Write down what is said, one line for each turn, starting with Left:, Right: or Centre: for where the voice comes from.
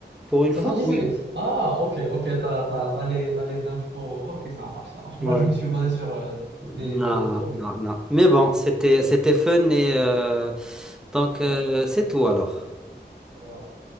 Centre: pour une
Right: 78.
Centre: femme. Oui.
Right: Ah, ok, ok, t'as, t'as, t'as les, t'as les infos. Ok, ça marche, ça marche. Moi,
Centre: Ouais.
Right: je me suis basé sur euh,
Centre: Non,
Right: des, des photos. Ok.
Centre: non, non. Mais bon, c'était, c'était fun et euh, donc
Right: Ouais.
Centre: euh, c'est tout alors.
Right: Voilà.